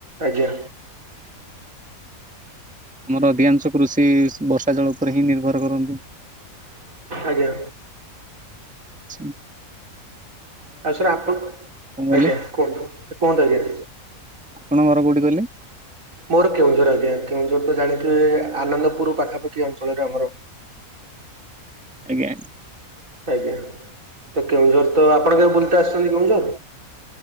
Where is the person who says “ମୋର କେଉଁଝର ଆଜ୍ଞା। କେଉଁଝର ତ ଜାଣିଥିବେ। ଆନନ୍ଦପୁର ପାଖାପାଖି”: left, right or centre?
Right